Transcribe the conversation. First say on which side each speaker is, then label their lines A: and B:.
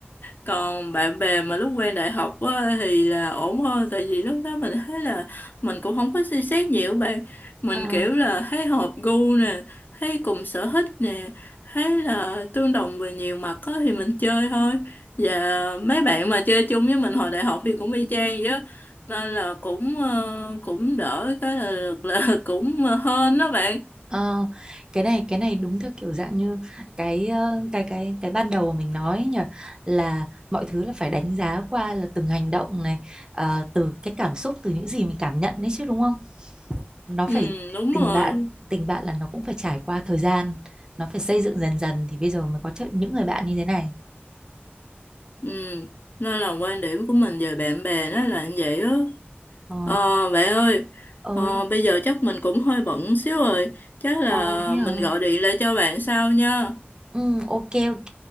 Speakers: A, on the left; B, on the right.
A: còn bạn bè mà lúc quen đại học á, thì là ổn hơn tại vì lúc đó mình thấy là mình cũng không có suy xét nhiều bạn mình
B: Ờ.
A: kiểu là thấy hợp gu nè thấy cùng sở thích nè thấy là tương đồng về nhiều mặt á, thì mình chơi thôi và mấy bạn mà chơi chung với mình hồi đại học thì cũng y chang vậy á nên là cũng ờ, cũng đỡ cái là được là <laughs> cũng hên đó bạn
B: Ờ, cái này cái này đúng theo kiểu dạng như cái ờ, cái cái cái ban đầu mà mình nói ấy nhỉ là mọi thứ là phải đánh giá qua là từng hành động này ờ, từ cái cảm xúc từ những gì mình cảm nhận đấy chứ đúng không? Nó phải
A: ừ đúng
B: tình
A: rồi
B: bạn tình bạn là nó cũng phải trải qua thời gian nó phải xây dựng dần dần thì bây giờ mới có chợ- những người bạn như thế này.
A: ừ nên là quan điểm của mình về bạn bè nó là như vậy á
B: Ờ,
A: Ờ, bạn ơi,
B: ơi,
A: ờ, bây giờ chắc mình cũng hơi bận xíu rồi, chắc là
B: ờ thế hả?
A: mình gọi điện lại cho bạn sau nha.
B: Ừ, ok ok.